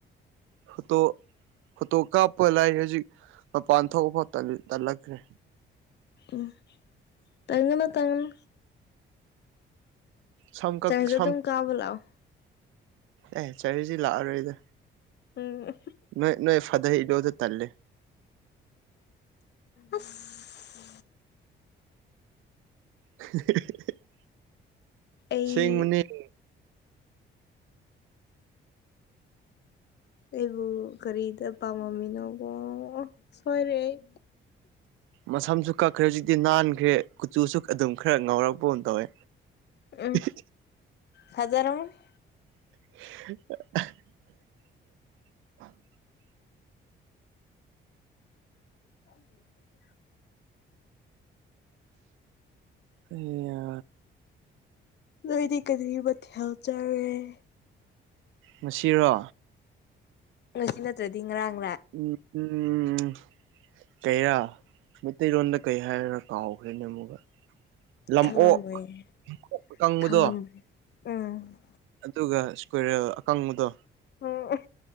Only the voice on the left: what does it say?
ꯎꯝ ꯇꯟꯒꯅꯨ ꯇꯟꯒꯅꯨ
ꯆ꯭ꯔꯖ
ꯑꯗꯨꯞ ꯀꯥꯕꯨ ꯂꯥꯛꯑꯣ
ꯎꯝ
ꯑꯁ
ꯑꯩ
ꯑꯩꯕꯨ ꯀꯔꯤꯗ ꯄꯥꯝꯃꯃꯤꯅꯣ ꯀꯣ ꯁꯣꯏꯔꯦ ꯑꯩ
ꯎꯝ
ꯐꯖꯔꯝꯃꯅꯤ
<inaudible>
ꯅꯣꯏꯗꯤ ꯀꯔꯤ ꯃꯊꯦꯜ ꯆꯥꯔꯒꯦ
ꯉꯁꯤ ꯅꯠꯇꯔꯗꯤ ꯉꯥꯔꯥꯥꯡ
ꯈꯪꯉꯝꯃꯣꯏꯌꯦ
ꯈꯪꯉꯝꯃꯣꯏ ꯎꯝ
ꯎꯝ